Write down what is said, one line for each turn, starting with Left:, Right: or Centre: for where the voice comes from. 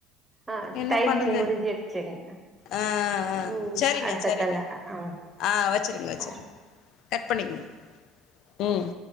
Right: ஆ
Left: என்ன
Right: டைமிங்
Left: பண்றது
Right: முடிஞ்சிருச்சுங்க
Left: ஆஹ் ஹ்
Right: ம்
Left: சேரிங்க
Right: அடுத்த
Left: சேரிங்க
Right: கால்ல ஆ
Left: ஆ வச்சுருங் வச்சுருங்
Right: ஆ
Left: கட் பண்ணிக்குங் ம்